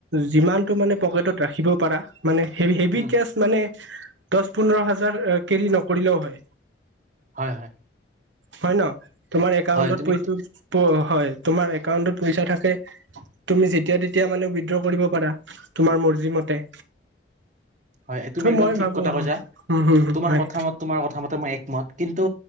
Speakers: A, on the right; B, on the right.
A: যিমানটো মানে পকেটত ৰাখিব পাৰা মানে হেভি
B: উম
A: কেচ মানে দহ পোন্ধৰ হাজাৰ কেৰি নকৰিলেও হয়।
B: হয় হয়।
A: হয় ন তোমাৰ একাউন্টত
B: হয় তুমি
A: পৈছো হয় তোমাৰ একাউণ্টত পইচা থাকে তুমি যেতিয়া তেতিয়া মানে উইড্ৰ কৰিব পাৰা তোমাৰ মৰ্জি মতে।
B: হয় তুমি একদম
A: মই
B: ঠিক
A: ভাবো
B: কথা
A: হম
B: কৈছা।
A: হম
B: তোমাৰ
A: হয়
B: কথা মত তোমাৰ কথা মতে মই মাত কিন্তু